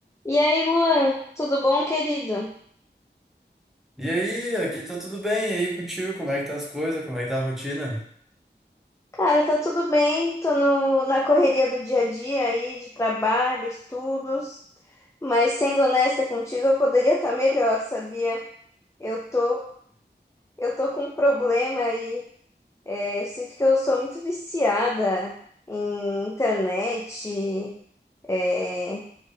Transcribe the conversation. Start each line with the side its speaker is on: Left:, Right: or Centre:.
Left: E aí, Luan, tudo bom, querido?
Centre: E aí, aqui tá tudo bem, e aí contigo, como é que tá as coisas, como é que tá a rotina?
Left: Cara, tá tudo bem, tô no, na correria do dia a dia aí, de trabalho, estudos, mas sendo honesta contigo, eu poderia estar melhor, sabia? Eu tô, eu tô com um problema aí, é, eu sinto que eu sou muito viciada em internet, é,